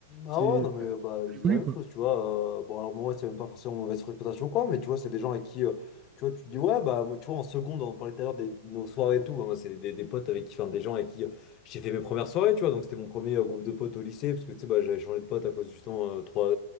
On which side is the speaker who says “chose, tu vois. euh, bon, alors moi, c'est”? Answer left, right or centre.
Left